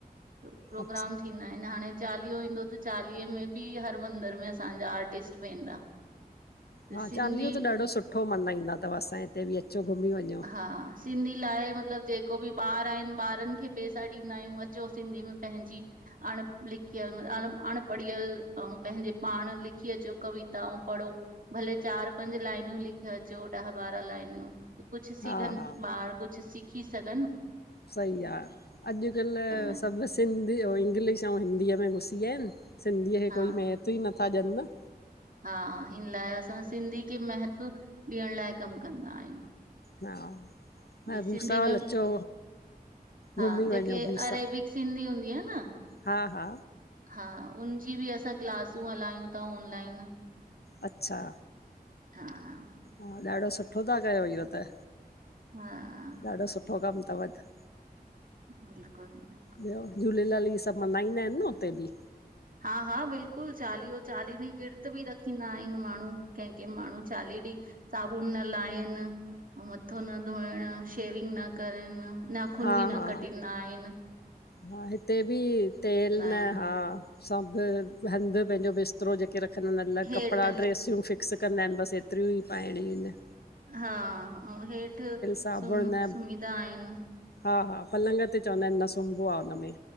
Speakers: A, on the right; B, on the left.
A: प्रोग्राम
B: अच्छा
A: थींदा आहिन् हाणे। चालीहो ईंदो त चालीह में बि हर मंदर में असांजा आर्टिस्ट वेंदा। त
B: हा
A: सिंधी
B: चालीहो त ॾाढो सुठो मञाईंदा थव असांए हिते बि अचो घुमी वञो।
A: हा सिंधी लाइ मतलब जेको बि ॿार आहिन ॿारन खे पैसा ॾींदा आहियूं अचो सिंधी में पंहिंजी। अणलिखियल अनपढ़ियल आऊ पंहिंजे पाण लिखी अचो कविता आऊ पढ़ो। भले चार पंज लाईनियूं लिखि अचो ॾह बारह लाईनियूं। कुछ सिखन
B: हा हा
A: ॿार कुछ सिखी सघन।
B: सही आ अॼुकल्ह
A: आहियूं
B: सभ। सिंधी आऊ इंग्लिश आऊ हिंदीअ में घुसी आयान सिंधीयाके
A: हा
B: कोई महत्व ई नथा ॾियन्।
A: हा हिन लाइ असां सिंधी खे महत्व ॾियण लाइ कम कंदा आहियूं।
B: हा।
A: भइ
B: ऐं भूसावल
A: सिंधी में।
B: अचो
A: हा
B: घुमी वञो
A: जेके
B: भूसा
A: अरेबिक सिंधी हूंदी आ न।
B: हा हा
A: हा उनजी बि असां क्लासूं हलायूं त ऑनलाइन।
B: अच्छा।
A: हां।
B: हां ॾाढो सुठो था कयो इहो त।
A: हां।
B: ॾाढो सुठो कम थव त।
A: बिल्कुल बिल्कुल।
B: ॿियो झूलेलाल इहे सभ मनाइंदा आहिन् न हुते बि।
A: हा हा बिल्कुल चालीहो चालीह ॾींहं विर्त बि रखंदा आहिन माण्हू कंह कंह माण्हू चालीह ॾींहं। साबुन न लहिण, मथो न धोइण शेविंग न करण। नाखून
B: हा
A: बि न
B: हा
A: कट्टिंदा आहिन्।
B: हा हिते बि तेल न
A: आहिनि
B: ह। हां सभ हंध पंहिंजो बिस्तरो जेके रखंदा आहिन् अलग
A: हेठि
B: कपडा ड्रेसियूं फिट। भिक्स कंदा आहिन बस एतरियूं ई पाइण इय।
A: हा ऐं हेठि
B: साबुण
A: सुम
B: न
A: सुमंदा आहिनि।
B: हा हा पलंग ते चवंदा आहिनि न सुंबो आहे हुन मे